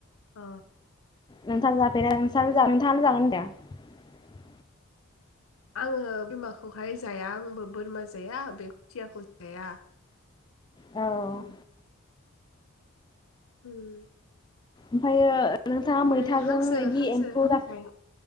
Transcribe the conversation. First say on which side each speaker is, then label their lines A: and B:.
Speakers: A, on the left (about 85°); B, on the left (about 20°).
A: अ
B: नोंथाङा जाफेरा नोंसा जा नोंथाङालाय जागोना जाया?
A: आङो बोरमाखौहाय जाया आंबो बोरमा जाया बे खुथियाखौ जाया।
B: औ
A: उम उम
B: ओमफायो नोंथाङा
A: ओमफ्राय
B: मैथाजों
A: हांसो
B: इदि
A: हांसो
B: एम्फौ
A: जाय
B: जा